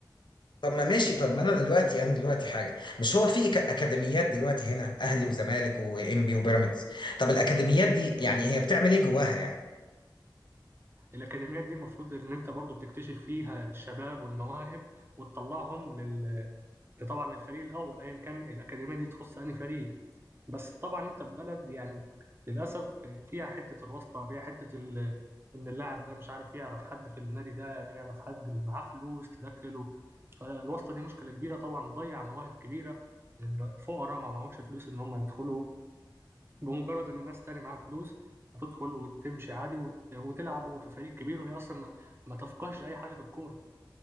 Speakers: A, on the left; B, on the right.
A: طب ما ماشي طب ما انا دلوقتي انا دلوقتي حاجه مش هو في أك- اكاديميات دلوقتي هنا اهلي وزمالك وانبي وبيراميدز طب الاكاديميات دي يعني هي بتعمل ايه جواها يعني
B: الأكاديميات دي المفروض إن أنت برضو بتكتشف فيها الشباب والمواهب وتطلعهم لل... طبعا الفريق الأول أيا كان الأكاديمية دي تخص أي فريق بس طبعا أنت في بلد يعني للأسف فيها حتة الواسطة فيها حتة ال... إن اللاعب ده مش عارف يعرف حد في النادي ده يعرف حد معاه فلوس تدخله فالواسطة دي مشكلة كبيرة طبعا مضيع مواهب كبيرة إن فقراء ما معهمش فلوس إن هم يدخلوا بمجرد ان ناس تاني معاها فلوس هتدخل وتمشي عادي وت- وتلعبوا في فريق كبير وهي اصلا ما ما تفقهش اي حاجه في الكوره